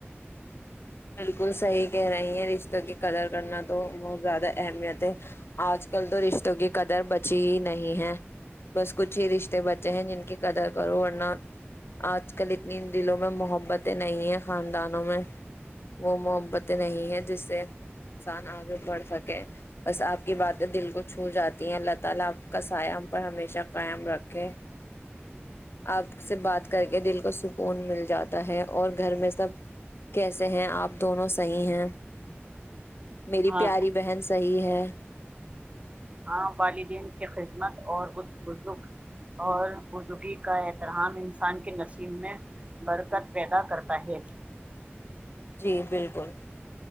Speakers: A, on the left (about 65°); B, on the right (about 30°).
A: بالکل صحیح کہہ رہی ہیں رشتوں کی قدر کرنا تو بہت زیادہ اہمیت ہے آج کل تو رشتوں کی قدر بچی ہی نہیں ہے بس کچھ ہی رشتے بچے ہیں جن کی قدر کرو ورنہ آج کل اتنی دلوں میں محبتیں نہیں ہے خاندانوں میں وہ محبت نہیں ہے دوسرے انسان اگے بڑھ سکے بس اپ کی باتیں دل کو چھو جاتی ہیں اللہ تعالی اپ کا سایہ ہم پر ہمیشہ قائم رکھے اپ سے بات کر کے دل کو سکون مل جاتا ہے اور گھر میں سب کیسے ہیں آپ دونوں صیح ہیں میری
B: ہاں
A: پیاری بہن صحیح ہے
B: ہاں والدین کی خدمت اور بزرگ اور بزگی کا احترام انسان کے نشیب میں برکت پیدا کرتا ہے
A: جی بالکل